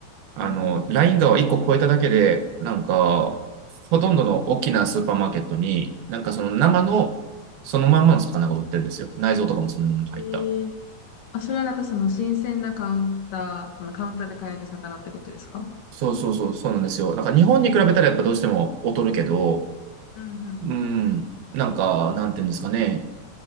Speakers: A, on the right (about 80°); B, on the left (about 60°).
A: あの、
B: うんうん。
A: ライン川を1個越えただけで、なんか、
B: は
A: ほとんどの大きなスーパーマーケットに、なんかその生の、そのまんまの魚が売ってるんですよ。内臓とかもそのまま入った。
B: い。ええあ、それはなんかその新鮮なカウンター、あのカウンターで買える魚ってことですか
A: そうそうそうそう、そうなんですよ。なんか日本に比べたらやっぱどうしても劣るけど、
B: うんうん。
A: うん、なんか、なんていうんですかね。